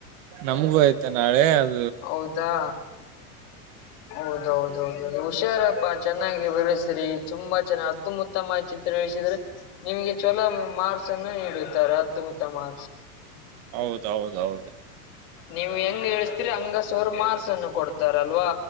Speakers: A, on the right; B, on the left.
A: ನಮಗೂ ಆಯ್ತಾ ನಾಳೆ ಅ
B: ಹೌದಾ ಹೌದೌದ ಹೌದು ಹುಷಾರಪ್ಪಾ ಚೆನ್ನಾಗಿ ಬೆ <inaudible> ಸರಿ ತುಂಬಾ ಚೆನ್ನ ಅತ್ತಮ ಉುತ್ತಮ ಚಿತ್ರ ಇಿಸಿದ್ರೆ ನಿಮ್ಗೆ ಚಛಲೋ ಮಾರ್ ನೀಡುತ್ತಾರೆ ಹತ್ತುಮುತ್ತ ಮಾ
A: ಹೌದೌದೌದು
B: ನೀವು ಹೆಂಗಗೆ <inaudible> ಅಂಗಸವರು ಮಾರ್ಸ್ ಅನ್ನು ಕೊಡ್ತಾರ <inaudible> ಅಲ್ವಾ